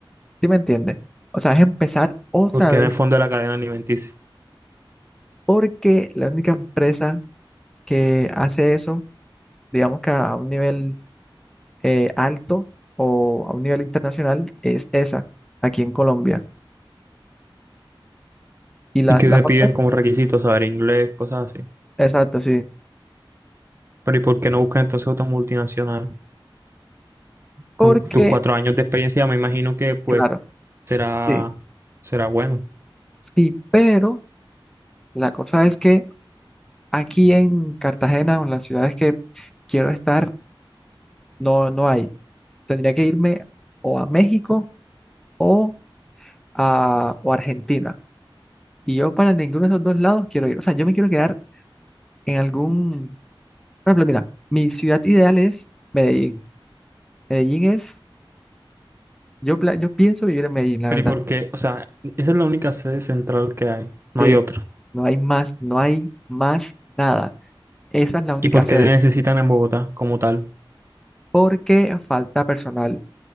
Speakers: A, in the centre; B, on the right (about 30°).
A: ¿Sí me entiendes? O sea, es empezar otra
B: Porque
A: vez
B: en el fondo de la cadena alimenticia.
A: porque la única empresa que hace eso, digamos que a un nivel eh, alto o a un nivel internacional, es esa, aquí en Colombia. Y las,
B: Y que
A: las
B: te piden
A: otras,
B: como requisitos saber inglés, cosas así.
A: exacto, sí.
B: Pero ¿y por qué no buscas entonces otra multinacional? Con
A: Porque,
B: tus cuatro años de experiencia, me imagino que pues
A: claro,
B: será,
A: sí,
B: será bueno.
A: sí, pero la cosa es que aquí en Cartagena o en las ciudades que quiero estar, no, no hay. Tendría que irme o a México o a o a Argentina. Y yo para ninguno de esos dos lados quiero ir. O sea, yo me quiero quedar en algún... Por ejemplo, mira, mi ciudad ideal es Medellín. Medellín es... Yo, pla- yo pienso vivir en Medellín, la
B: Pero
A: verdad.
B: ¿y por qué? O sea, esa es la única sede central que hay. No
A: Sí,
B: hay otra.
A: no hay más, no hay más nada. Esa es la única
B: ¿Y por
A: sede.
B: qué te necesitan en Bogotá como tal?
A: Porque falta personal